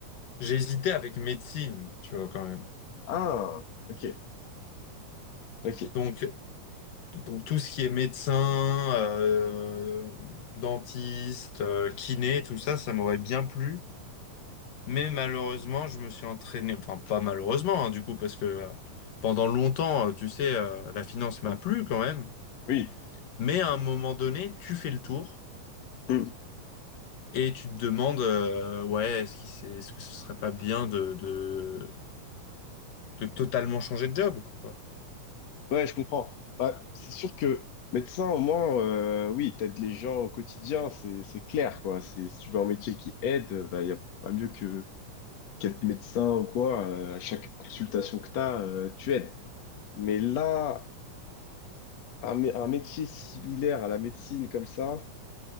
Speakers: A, on the left; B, on the left.
A: j'hésitais avec médecine, tu vois, quand même.
B: Ah, ok, ok,
A: Donc, donc tout ce qui est médecin, euh, dentiste, euh, kiné, tout ça, ça m'aurait bien plu. Mais malheureusement, je me suis entraîné, enfin pas malheureusement, hein, du coup, parce que euh, pendant longtemps, euh, tu sais, euh, la finance m'a plu quand même.
B: oui,
A: Mais à un moment donné, tu fais le tour
B: Hmm.
A: et tu te demandes, euh, ouais, est-ce qu'il s'est- est-ce que ce serait pas bien de, de, de totalement changer de job, quoi.
B: Ouais, je comprends. Bah, c'est sûr que médecin au moins, euh, oui, t'aides les gens au quotidien, c'est c'est clair quoi. C'est si tu veux un métier qui aide, bah il y a pas mieux que qu'être médecin ou quoi, euh, à chaque consultation que tu as, tu aides. Mais là, un, mé- un métier similaire à la médecine comme ça,